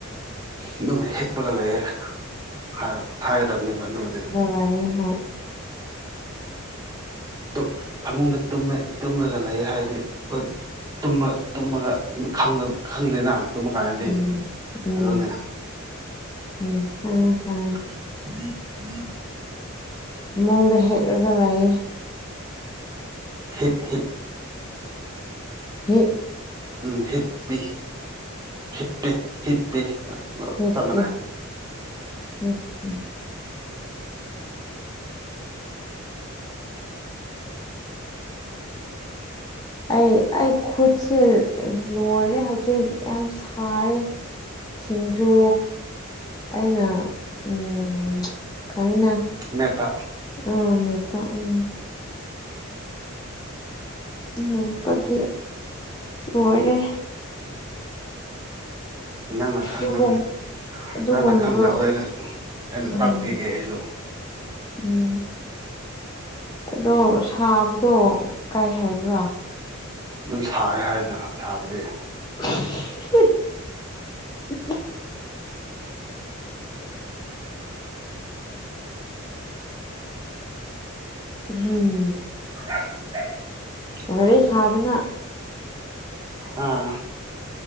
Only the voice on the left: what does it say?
ꯍꯣꯢꯌꯦ ꯍꯣꯏ
ꯎꯝ ꯎꯝ
ꯎꯝ ꯈꯪꯉꯦ ꯈꯪꯉꯦ
ꯃꯥꯡꯗ ꯍꯤꯞꯂꯒ ꯂꯩꯌꯦ
ꯍꯤꯞ
ꯍꯤꯞꯄꯦ
ꯍꯤꯞꯄꯦ ꯑꯩ ꯑꯩ ꯈꯨꯠꯁꯦ ꯂꯣꯏꯔꯦ ꯍꯧꯖꯤꯛ ꯌꯥꯝ ꯁꯥꯔꯦ ꯁꯤꯡꯖꯨ ꯑꯩꯅ ꯎꯝ ꯈꯪꯉꯤꯅ
ꯑꯝ ꯃꯦꯠꯄ ꯎꯝ ꯃꯦꯠꯄꯒꯤ ꯂꯣꯢꯔꯦ
ꯑꯗꯨꯒꯨꯝ
ꯑꯗꯨꯒꯨꯝꯕꯗꯣ
ꯎꯝ
ꯎꯝ ꯑꯗꯣ ꯁꯥꯕꯗꯣ ꯀꯨ ꯍꯥꯏꯕ꯭ꯔꯥ
<unintelligible> ꯎꯝ
ꯋꯥꯔꯤ ꯁꯥꯕꯅ